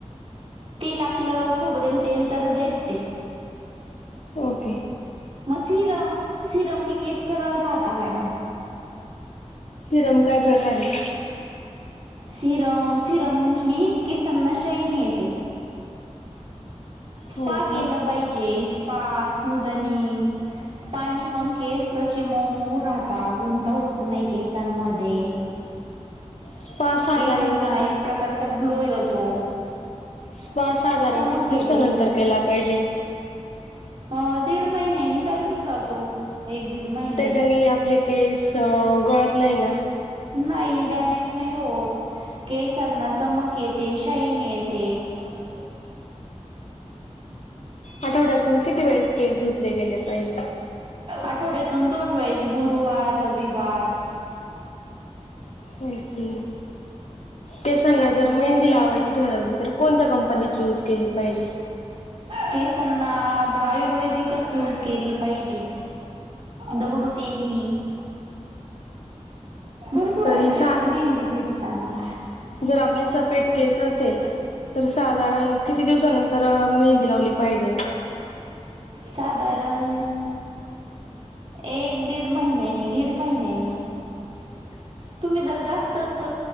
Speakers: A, on the right; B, on the left.
A: तेल आपलं खोबरेल तेल तर बेस्ट आहे.
B: ओके.
A: मग सिरम सिरम नी केस सरळ राहता मॅडम.
B: सिरम काय प्रकाराय?
A: सिरम सिरमनी केसांना शाईन येते. स्पा
B: हो का
A: केलं पाहिजे स्पा स्मुदनिंग -- स्पाणी पं केेस असे मऊ मऊ राहता गुंता होत नाही केसांमध्ये.
B: स्पा साधारण
A: केसांना
B: तरी
A: एक प्रकारचा ग्लो येतो.
B: स्पा साधारण
A: चमक
B: किती दिवसानंतर
A: येते
B: केला पाहिजे?
A: अ दीड महिन्यानी चालून जातो. एक दीड महिने
B: त्याच्यानी आपले केस गळत नाही ना?
A: नाही डॅमेज नाही होत. केसांना चमक येते. शाईन येते. <unintelligible>
B: आठवड्यातून किती वेळेस केस धुतले गेले पाहिजे?
A: आठवड्यातून दोन वेळेस गुरुवार, रविवार.
B: होते केसांना जर मेहंदी लावायची ठरवली तर कोणत्या कंपनीची यूज केली पाहिजे?
A: केसांना आता आयुर्वेदिकच यूज केली पाहिजे. दगडू तेली भरपूर
B: तरी
A: आयुर्वेदिक
B: साध
A: मेहंदी भेटताना.
B: जर आपले सफेद केस असेल तर साधारण किती दिवसानंतर मेहंदी लावली पाहिजे?
A: साधारण एक दीड महिन्यानी-दीड महिन्यानी
B: <inaudible>
A: तुम्ही जर जास्तच